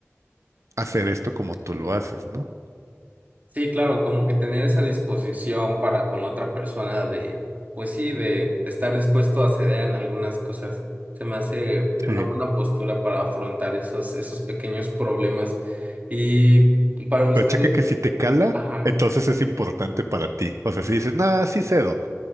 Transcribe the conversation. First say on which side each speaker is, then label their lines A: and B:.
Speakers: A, on the right (about 85°); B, on the right (about 35°).
A: hacer esto como tú lo haces, ¿no?
B: Sí, claro, como que tener esa disposición para con la otra persona de, pues sí, de estar dispuesto a ceder en algunas cosas. Se me hace una
A: Sí.
B: buena postura para afrontar esos, esos pequeños problemas. Y para ustedes,
A: Pero checa que si te cala,
B: ajá,
A: entonces es importante para ti. O sea, si dices, nada, sí cedo.